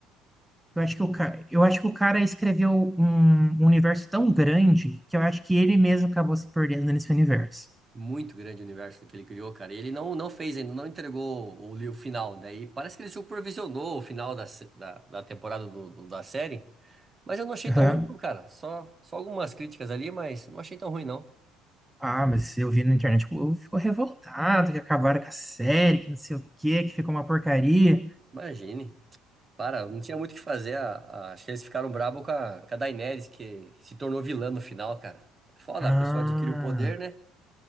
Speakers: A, in the centre; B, on the right.
A: Eu acho que o ca... eu acho que o cara escreveu um um universo tão grande que eu acho que ele mesmo acabou se perdendo nesse universo.
B: Muito grande o universo que ele criou, cara. E ele não, não fez ainda, não entregou o livro final. Daí parece que ele supervisionou o final da, se- da, da temporada do, do- da série. Mas eu não achei
A: Aham.
B: tão ruim, não, cara. Só, só algumas críticas ali, mas não achei tão ruim, não.
A: Ah, mas eu vi na internet, tipo, o povo ficou revoltado que acabaram com a série, que não sei o quê, que ficou uma porcaria.
B: Imagine. Para, não tinha muito o que fazer. A, a, acho que eles ficaram bravos com a, com a Daenerys, que se tornou vilã no final, cara. Foda,
A: Ah,
B: a pessoa adquire o poder, né?